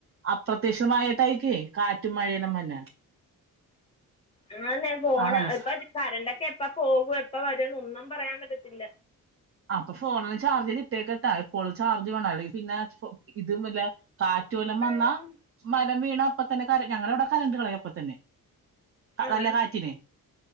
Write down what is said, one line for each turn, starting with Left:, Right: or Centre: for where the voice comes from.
Right: അപ്രത്യക്ഷിമായിട്ടായിക്കേ കാറ്റും മഴേല്ല വന്ന
Left: എന്നാലുംന്ന ഫോണ്
Right: ആ നല്ല
Left: ഇപ്പ
Right: സ-
Left: കരണ്ടൊക്കെ എപ്പ പോകൂ എപ്പ വരന്ന് ഒന്നും പറയാൻ പറ്റത്തില്ല
Right: അപ്പൊ ഫോണിന് ചാർജന് ഇട്ടിയേക്ക കേട്ടാ എപ്പോഴും ചാർജ് വേണ പിന്നെ ഇതും വല്ല കാറ്റുവല്ലം വന്ന
Left: ഉം
Right: മരം വീണ അപ്പ തന്നെ ക ഞങ്ങള അവിടെ കരണ്ട് കളയപ്പ തന്നെ
Left: ആണ്
Right: നല്ല കാറ്റിനെ